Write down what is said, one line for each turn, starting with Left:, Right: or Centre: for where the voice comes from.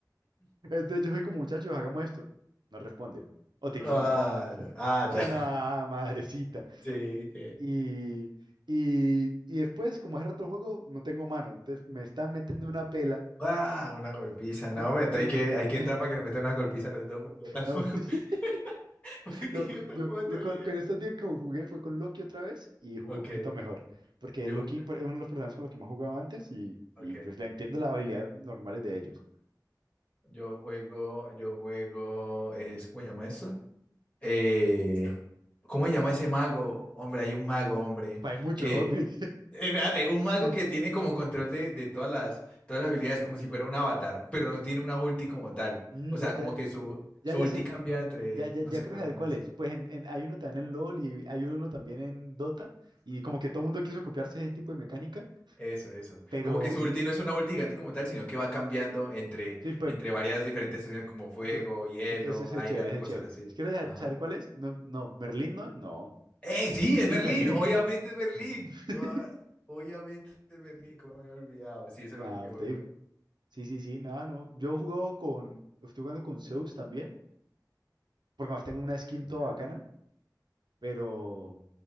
Right: <laughs> Entonces yo soy como muchachos, hagamos esto. No responden o te
Left: Ah,
Right: insultan. <laughs>
Left: ya. Ah,
Right: Ya
Left: ya. <laughs>
Right: no, madrecita.
Left: Sí, que.
Right: Y, y, y después, como hace rato el juego, no tengo manos. Entonces me están metiendo una pela.
Left: Ah, una golpiza. No, hombre,
Right: <laughs>
Left: entonces hay que, hay que entrar para que nos metan una golpiza a los dos, porque yo tampoco.
Right: No, <laughs>
Left: <laughs> Porque
Right: No,
Left: yo tampoco
Right: yo lo-
Left: tengo
Right: con,
Left: ni idea.
Right: con estos días que jugué fue con Loki otra vez y jugué
Left: Ok,
Right: un poquito mejor, porque
Left: yo,
Right: Loki es uno de los personajes con los que más jugaba antes y, y
Left: okay.
Right: pues le entiendo las habilidades normales de ellos.
Left: Yo juego, yo juego, es, ¿cómo se llama eso? eh, ¿cómo se llama ese mago? Hombre, hay un mago, hombre,
Right: Hay mucho,
Left: que,
Right: hombre.
Left: eh, espérate, un mago
Right: <laughs>
Left: que tiene como control de, de todas las, todas las habilidades, como si fuera un avatar, pero no tiene una ulti como tal.
Right: Mm,
Left: O sea,
Right: ya, ya,
Left: como que su,
Right: ya,
Left: su
Right: ya
Left: ulti
Right: sé,
Left: cambia entre,
Right: ya, ya,
Left: no
Right: ya
Left: sé
Right: creo
Left: cómo
Right: saber
Left: se llama
Right: cuál
Left: eso.
Right: es. Pues en, en- hay uno también en LOL y hay uno también en Dota y como que todo el mundo quiso copiarse ese tipo de mecánica,
Left: Eso, eso.
Right: pero
Left: Como que su
Right: sí,
Left: ulti no es una ulti gigante como tal, sino que va cambiando entre,
Right: sí, pues
Left: entre varias diferentes estaciones como fuego,
Right: fue-
Left: hielo,
Right: e- ese ese
Left: aire,
Right: es chévere, ese
Left: cosas
Right: es chévere.
Left: así.
Right: Quiero ya
Left: Ajá.
Right: saber cuál es. No, no, Merlín no, es? no.
Left: ¡Eh, sí, es
Right: Sí,
Left: Merlín!
Right: Merlín.
Left: Obviamente
Right: Mer-
Left: es Merlín.
Right: <laughs>
Left: Gua- Obviamente es Merlín, como me había olvidado. Sí, es el
Right: Ah,
Left: único que
Right: usted-
Left: juego yo.
Right: sí, sí, sí, nada, no. Yo he jugado con, estoy jugando con Zeus también, porque además tengo una skin
Left: Ok,
Right: toda bacana, pero,